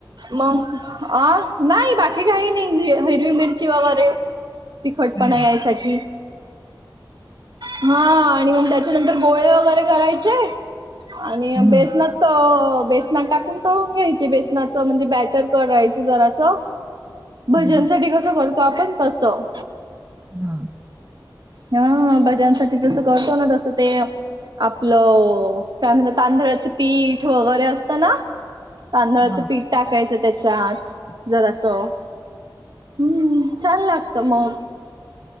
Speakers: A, on the right; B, on the right.
A: मग अ नाई बाकी काही नाही हिरवी मिरची वगैरे तिखटपणा
B: हम्म,
A: यायसाठी. हा आणि मग त्याच्यानंतर गोळे वगैरे करायचे आणि
B: हम्म,
A: बेसनात अ बेसनात टाकून तळून घ्यायचे बेसनाच म्हणजे ब्याटर करायच जरासं. भजांसाठी
B: हम्म,
A: कसं कर आपण तसं
B: हम्म.
A: हा भजांसाठी जसं करतो ना, तसं ते आपलं काय म्हणता तांदळाचं पीठ वगैरे असतं ना तांदळाचं
B: हा.
A: पीठ टाकायचं त्याच्यात जरासं. हम्म छान लागतं मग.